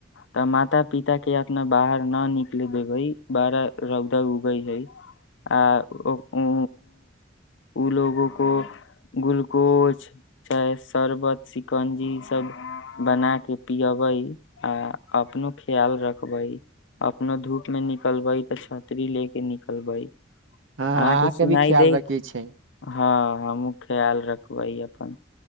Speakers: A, on the left; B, on the right.
A: तऽ माता पिता के अपना बाहर न निकल देबै बड़ा रौदा उगै हइ आ उ ओ लोगो को ग्लूकोज चाहे शर्बत शिकंजी ई सब बना के पियबै आ अपनो ख्याल रखबै अपनो धूप मे निकलबैत छत्री ले के निकलबै अहाँके
B: हँ अहाँके
A: सुनाई
B: भी ख्याल
A: देत
B: रखे छै
A: हँ हमूँ खयाल रखबै अपन